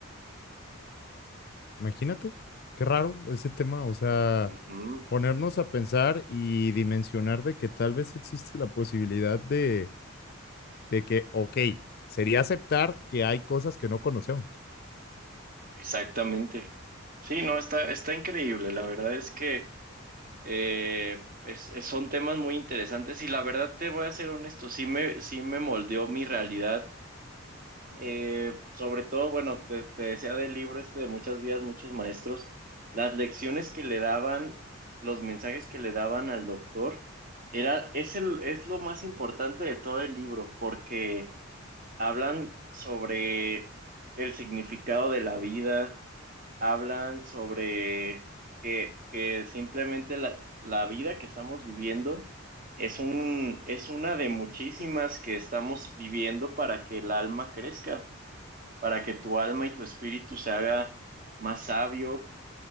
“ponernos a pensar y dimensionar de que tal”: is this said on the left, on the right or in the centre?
Left